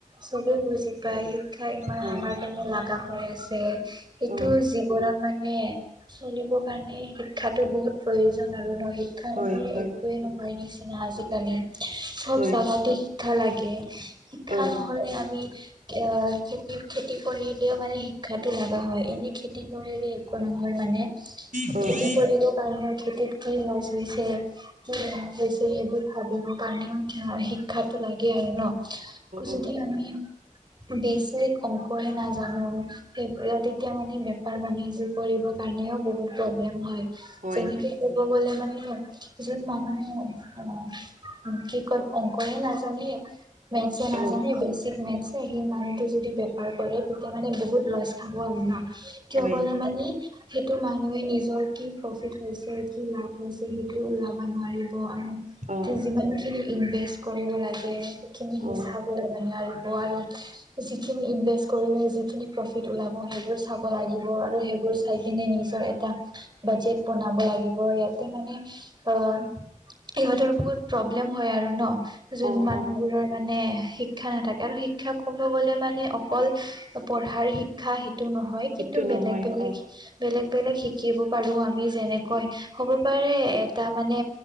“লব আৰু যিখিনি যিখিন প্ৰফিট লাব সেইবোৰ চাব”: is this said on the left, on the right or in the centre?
Right